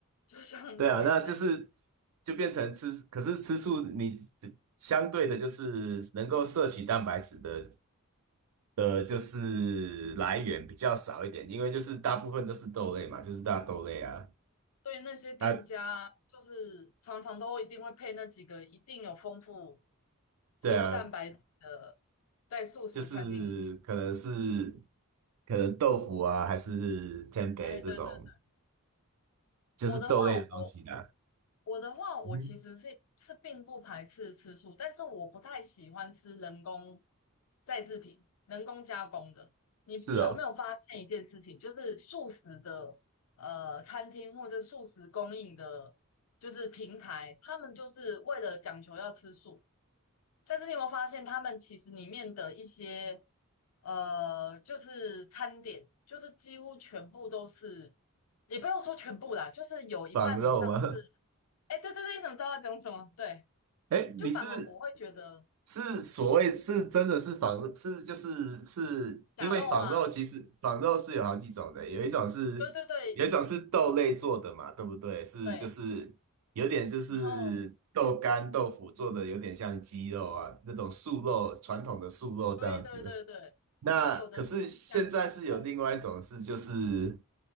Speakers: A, on the left (about 75°); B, on the right (about 85°).
A: 就像 <laughs>
B: 对啊，
A: 肉也是一样，
B: 那就是就变成吃，可是吃素你相对的就是能够摄取蛋白质的的，就是来源比较少一点，因为就是大部分都是豆类嘛，就是大豆类啊，
A: 对那些店家就是常常都一定会配那几个一定有丰富
B: 啊，
A: 植物蛋白质的，
B: 对啊，
A: 在素食餐厅里面。
B: 就是可能是可能豆腐啊，还是天 e
A: 哎，
B: 这种，
A: 对对对，
B: 就是豆类的东西呢。
A: 我的话，我我的话，我其实是是并不排斥吃素，
B: 嗯哼，
A: 但是我不太喜欢吃人工再制品、人工加工的。你你有没有发现一件事情，
B: 是哦，
A: 就是素食的呃餐厅或者素食供应的，就是平台，他们就是为了讲求要吃素，但是你有没有发现他们其实里面的一些呃就是餐点，就是几乎全部都是，也不要说全部啦，就是有一半以上是。
B: 仿肉吗？
A: 哎，对对对，你怎么知道要讲什么？对，
B: <laughs> 哎，
A: 就反而我会觉得
B: 你是？是所谓是真的是仿是就是是因为仿肉其实仿肉是有好几种的，
A: 假肉啊，
B: 有一种是有一种是豆类做的嘛，
A: 对对对
B: 对不对？是就是有点就是豆干豆腐做的有点像鸡肉啊那种素肉传统的素肉这样子。
A: 对，然后对对对对，
B: 那可是现在是有另外一种是，
A: 然后有的是用香菇头，
B: 就是